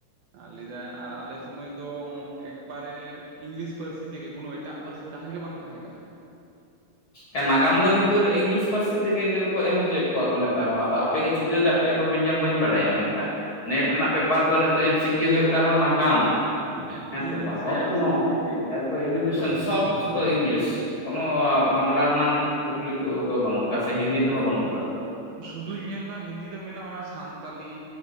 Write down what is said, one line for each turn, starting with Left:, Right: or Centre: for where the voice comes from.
Right: ᱟᱨ ᱞᱟᱭ ᱟᱨ ᱟᱞᱮ ᱥᱚᱢᱚᱭ ᱫᱚ ᱮᱠᱵᱟᱨᱮ ᱤᱝᱞᱤᱥ ᱯᱟᱹᱨᱥᱤ ᱛᱮᱜᱮ ᱠᱳᱱᱳ ᱮᱴᱟᱜ ᱯᱟᱹᱨᱥᱤ ᱛᱟᱦᱮᱸ ᱜᱮ ᱵᱟᱝ ᱛᱟᱦᱮᱸ ᱠᱟᱱᱟ᱾
Left: ᱱᱟᱜᱟᱢ ᱫᱚ ᱠᱤᱱᱛᱩ ᱤᱝᱞᱤᱥ ᱯᱟᱹᱨᱥᱤ ᱛᱮᱜᱮᱠᱚ ᱮᱢ ᱦᱚᱪᱚᱭᱮᱫ ᱠᱚᱣᱟ ᱠᱚ ᱱᱮᱛᱟᱨ ᱦᱚᱸ ᱟᱫᱚ ᱟᱯᱮᱜᱮ ᱪᱤᱠᱟᱹ ᱠᱟᱜ ᱯᱮᱭᱟ ᱠᱚ ᱢᱤᱰᱤᱭᱟᱢ ᱵᱟᱹᱧ ᱵᱟᱲᱟᱭᱟ ᱢᱮᱱᱠᱷᱟᱱ ᱱᱮᱴ ᱨᱮᱱᱟᱜ ᱯᱮᱯᱟᱨ ᱫᱚ ᱱᱤᱛᱚᱜ ᱮᱢ ᱥᱤᱠᱤ ᱦᱩᱭᱩᱜ ᱠᱟᱱ ᱨᱮᱦᱚᱸ ᱱᱟᱜᱟᱢ
Right: ᱤᱝᱞᱤᱥ
Left: ᱦᱮᱸ ᱥᱮ ᱵᱟᱝ ᱚᱛᱱᱚ
Right: ᱜᱮ ᱤᱝᱞᱤᱥ ᱜᱮ
Left: ᱮᱟᱨ ᱮᱰᱩᱠᱮᱥᱚᱱ ᱥᱚᱵ ᱡᱚᱛᱚ ᱤᱝᱞᱤᱥ ᱠᱚ
Right: ᱦᱮᱸ
Left: ᱵᱟᱝᱞᱟ ᱨᱮᱱᱟᱝ ᱠᱩᱠᱞᱤ ᱠᱚᱫᱚ ᱵᱟᱹᱱᱩᱜ ᱟᱠᱟᱫᱟ ᱥᱮ ᱦᱤᱱᱫᱤ ᱛᱮᱦᱚᱸ ᱵᱟᱹᱱᱩᱜ ᱟᱠᱟᱫᱟ᱾
Right: ᱥᱩᱫᱩᱧ ᱧᱮᱞ ᱮᱫᱟ ᱦᱤᱱᱫᱤ ᱫᱚ ᱢᱮᱱᱟᱜᱼᱟ ᱥᱟᱱᱛᱟᱞᱤ